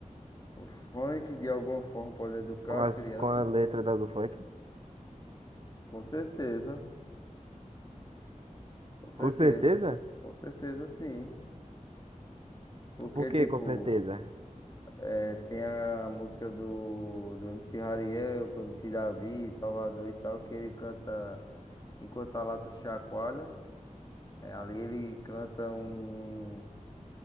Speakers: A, on the left; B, on the right.
A: o funk de alguma forma pode educar
B: com
A: a
B: as,
A: criança?
B: com a letra da- do funk?
A: Com certeza, com certeza,
B: Com certeza?
A: com certeza sim. Porque,
B: Por que
A: tipo.
B: com certeza?
A: É, tem a música do, do MC Hariel com o MC Davi, Salvador e tal, que ele canta Enquanto a Lata Chacoalha. É, ali ele canta um.